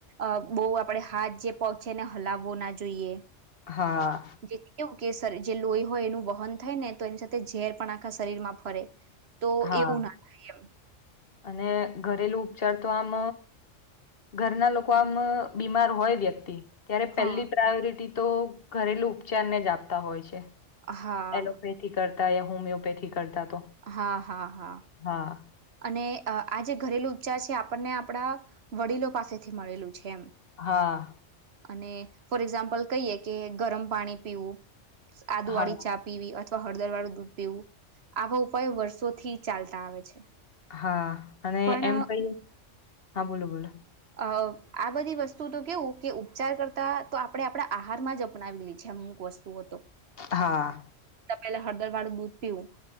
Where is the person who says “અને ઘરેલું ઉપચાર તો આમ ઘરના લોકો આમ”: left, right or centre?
Left